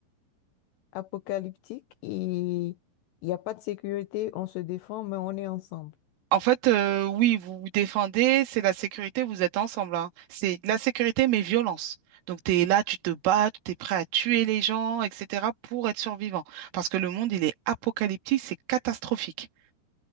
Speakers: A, on the left (about 80°); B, on the right (about 85°).
A: post-apocalyptique et il n'y a pas de sécurité, on se défend, mais on est ensemble.
B: En fait, euh, oui, vous vous défendez, c'est la sécurité, vous êtes ensemble, hein. C'est la sécurité mais violence. Donc, tu es là, tu te bats, tu es prêt à tuer les gens, etc., pour être survivant. Parce que le monde, il est apocalyptique, c'est catastrophique.